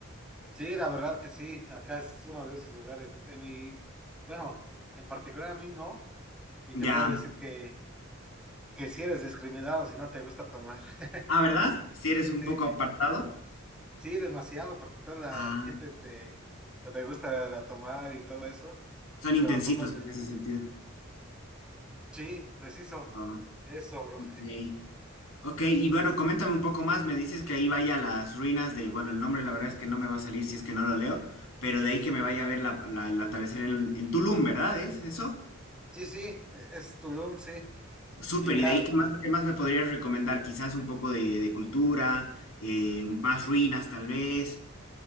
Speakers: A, in the centre; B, on the left.
A: Sí, la verdad que sí, acá es uno de esos lugares. En mi, bueno, en particular a mí no, y
B: Ya.
A: te puedo decir que, que si eres discriminado si no te gusta tomar. <laughs>
B: Ah, ¿verdad? Si eres un
A: Sí,
B: poco apartado.
A: sí, demasiado, porque toda la
B: Ah,
A: gente, este, no te gusta la tomar y todo eso,
B: son
A: y
B: intensitos
A: cuando tú no,
B: en ese sentido.
A: sí, preciso,
B: Ah,
A: eso, bro.
B: ok. Ok, y bueno, coméntame un poco más. Me dices que ahí vaya a las ruinas de, bueno, el nombre la verdad es que no me va a salir si es que no lo leo, pero de ahí que me vaya a ver la, la- el atardecer en, en Tulum, ¿verdad? ¿Es eso?
A: Sí, sí, e-, es Tulum, sí,
B: Súper,
A: que ya,
B: y de ahí, ¿qué más, qué más me podrías recomendar? Quizás un poco de, de cultura, eh, más ruinas tal vez.